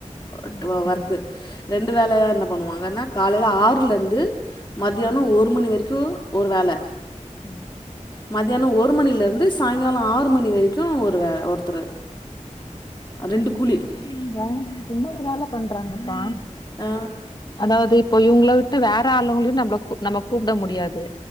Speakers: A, on the left; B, on the left.
A: வட்டு
B: ம் சரி
A: ஒர்க்
B: சரி
A: ரெண்டு வேல என்ன பண்ணுவாங்கன்னா காலைல ஆறுல இருந்து மத்தியானம்
B: ம்
A: ஒரு மணி வரைக்கும் கு ஒரு வேல
B: ம்
A: மதியான ஒரு மணில இருந்து சாய்ங்கால ஆறு மணி வரைக்கு ஒரு வே ஒருத்தரு ரெண்டு கூலி
B: அதாங்க வேல என்ன வே வேல பண்றாங்கப்பா
A: ஆ
B: அதாவது இப்ப இவங்கள விட்டு வேற ஆளுவங்களயு நம்ள நம்ம கூப்ட முடியா து